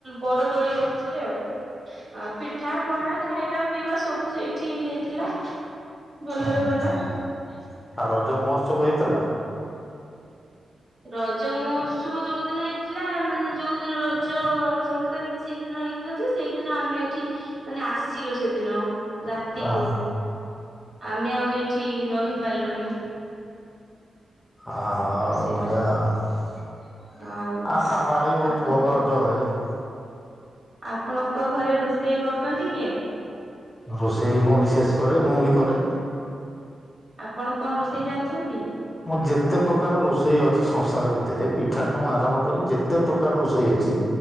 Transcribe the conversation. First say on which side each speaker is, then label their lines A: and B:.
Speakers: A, on the right; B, on the left.
A: ବଡ ଦୋଳି କରିଥିଲେ ଆଉ। ପିଠା ପଣା ଖାଇବା, ପିଇବା ସବୁ ସେଇଠି ହେଇଥିଲା। ଭଲରେ
B: ଓହୋ
A: ଗଲା।
B: ଆଉ ରଜ ମହୋତ୍ସବ ହେଇଥିଲା।
A: ରଜ ମହୋତ୍ସବ ଯୋଉ ଦିନ ହେଇଥିଲା, ମାନେ ଯୋଉ ଦିନ ରଜ ସଂକ୍ରାନ୍ତି ସେଇଦିନ ହେଇ ଥିଲା ଯେ, ସେଇଦିନ ଆମେ ଏଠି ମାନେ ଆସିିଲୁ ସେଦିନ। ରାତିକୁ,
B: ଆଉ
A: ଆମେ ଆଉ ଏଇଠି ରହିପାରିଲୁନି।
B: ହଁ, ହଁ
A: ସେ
B: ବଢିଆ ଆଉ।
A: ହଉ
B: ଆମ ଆଡେ ବି ବହୁତ
A: ଆ
B: ଭଲ ରଜ ହୁଏ।
A: ଆପଣଙ୍କ ଘରେ ରୋଷେଇ କରୁଛନ୍ତି କିଏ?
B: ରୋଷେଇ ମୋ ମିସେସ କରେ ମୁଁ ବି କରେ।
A: ଆପଣ କଣ ରୋଷେଇ ଜାଣିଛନ୍ତି?
B: ମୁଁ ଯେତେ ପ୍ରକାର ରୋଷେଇ ଅଛି ସଂସାର ଭିତରେ ପିଠାଠୁ ଆରମ୍ଭ କରି ଯେ ତେ ପ୍ରକାର ରୋଷେଇ ଅଛି।